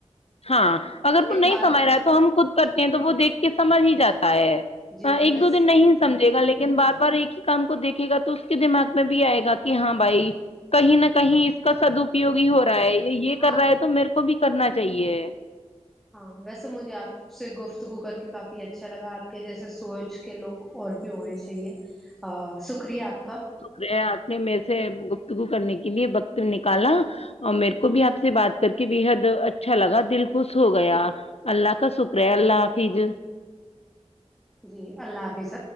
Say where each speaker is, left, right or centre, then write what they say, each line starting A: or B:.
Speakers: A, on the left; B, in the centre.
A: ہاں اگر وہ
B: ایک
A: نہیں
B: بات
A: سمجھ رہا ہے تو ہم خود کرتے ہیں تو وہ دیکھ کے سمجھ ہی جاتا ہے
B: جی
A: ایک
B: ویسے
A: دو دن نہیں سمجھے گا لیکن بار بار ایک ہی کام کو دیکھے گا تو اس کے دماغ میں بھی آئے گا کی ہاں بھائی کہیں نہ کہیں اس کا سدپیوگ ہی ہو رہا ہے یہ یہ
B: ہاں
A: کر رہا ہے تو میرے کو بھی کرنا چاہیے
B: ہاں ویسے مجھے آپ سے گفتگو کر کے کافی اچھا لگا آپ کے جیسے سوچ کے لوگ اور بھی ہونے چاہیے شکریہ آپ کا
A: وے آپ نے میر سے گپتگو کرنے کے لیے وقت نکالا اور میر کو بھی آپ سے بات کر کے بےحد اچھا لگا دل خوش ہو گیا اللہ کا شکر ہے اللہ حافج
B: جی اللہ حافظ